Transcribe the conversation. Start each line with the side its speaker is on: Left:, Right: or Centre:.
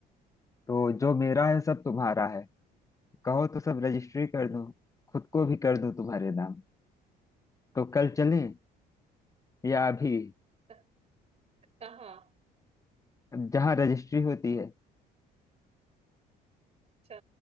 Left: तो जो मेरा है सब तुम्हारा है कहो तो सब रजिस्ट्री कर दूं खुद को भी कर दूं तुम्हारे नाम तो कल चलें या अभी
Right: क- कहाँ
Left: जहाँ रजिस्ट्री होती है
Right: अच्छा